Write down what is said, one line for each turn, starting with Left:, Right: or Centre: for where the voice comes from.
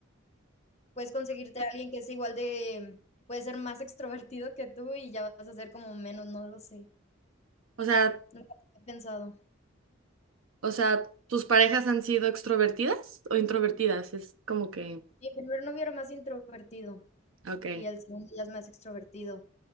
Left: Puedes conseguirte a alguien que es igual de, puede ser más extrovertido que tú y ya vas a ser como menos, no lo sé.
Right: O sea,
Left: Nunca lo había pensado.
Right: o sea, ¿tus parejas han sido extrovertidas o introvertidas? Es como que,
Left: Mi primer novio era más introvertido
Right: ok.
Left: y el segundo ya es más extrovertido.